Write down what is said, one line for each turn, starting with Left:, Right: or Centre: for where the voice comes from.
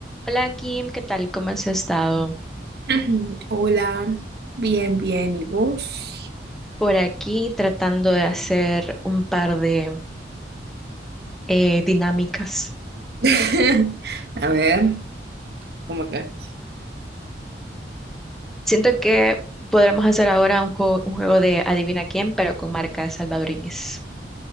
Centre: Hola Kim, ¿qué tal? ¿Cómo has estado?
Right: <clears throat> Hola, bien, bien, ¿y vos?
Centre: Por aquí tratando de hacer un par de eh, dinámicas.
Right: <laughs> A ver, ¿cómo que?
Centre: Siento que podremos hacer ahora un juego, un juego de adivina quién, pero con marcas salvadoreñas.